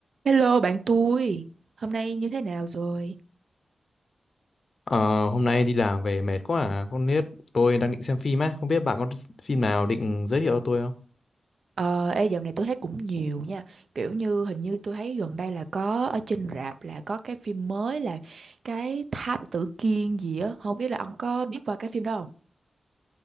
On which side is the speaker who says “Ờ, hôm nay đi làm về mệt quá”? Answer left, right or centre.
Left